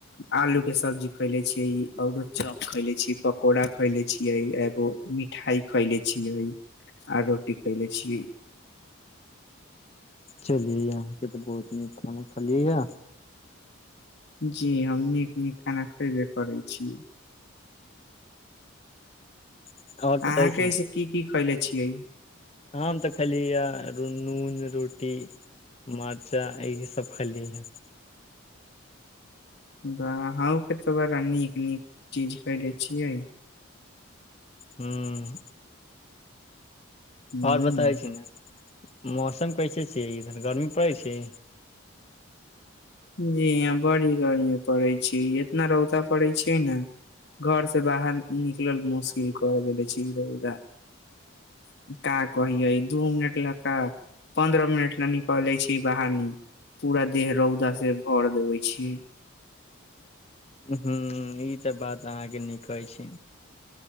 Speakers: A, on the left (about 50°); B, on the left (about 30°).
A: आलू के सब्जी खोएले छियै चौप खैले छी पकौड़ा खैले छियै एगो मिठाई खैले छियै आ रोटी खयले छीयै
B: चलियै अहाँके तऽ बहुत नीक खाना खलियै य
A: जी हम नीक नीक खाना खयबे करै छी
B: आओर
A: अहाँके
B: बताबै
A: एहिसँ की की खैले छियै
B: हाम तऽ खाली या नून रोटी मर्चा यही सब खलियै य
A: ब अहूँके तऽ बड़ा नीक नीक चीज खयले छियै
B: हँ
A: हूँ
B: आओर बताबै छी ने मौसम कैसे छियै इधर गर्मी पड़ै छै
A: जी यहाँ बड़ी गर्मी पड़ै छै इतना रौदा पड़ै छै न घरसँ बाहर निकलल मुश्किल कर देलै छै इ रौदा क कहि दू मिनट ल क पन्द्रह मिनट ल निकलइ छी बहर पूरा देह रौद से भर देबै छी
B: ह ई तऽ बात अहाँके न कहै छै